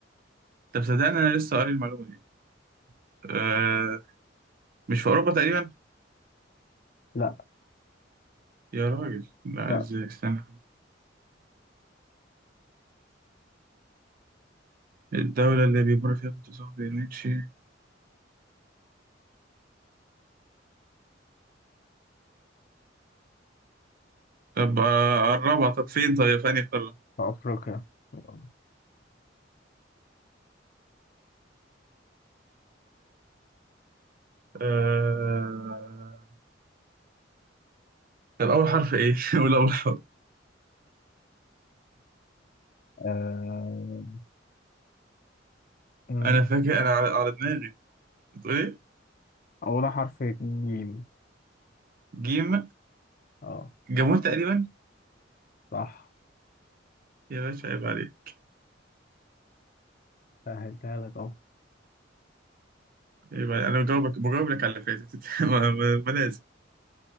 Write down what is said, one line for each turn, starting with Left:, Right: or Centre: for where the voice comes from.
Right: طب صدقني أنا لسه قاري المعلومة دي آه مش في أوروبا تقريبا
Left: لا
Right: يا راجل لا
Left: لا
Right: إزاي استنى الدولة اللي بيمر فيها خط السواد نيتشي طب آه، قربها طب فين طب يا فاني قربها
Left: في أفريقيا <laughs>
Right: آه... طب أول حرف إيه؟ <laughs> قول أول حرف
Left: آه، م،
Right: انا فاكر انا على على دماغي بتقول ايه
Left: أولها حرف جيم
Right: جيم
Left: اه
Right: جابون تقريبا
Left: صح
Right: يا باشا عيب عليك
Left: سهلتها لك اهو
Right: عيب عليك انا بجاوبك بجاوب لك على اللي فاتت <laughs> ما ما- ما لازم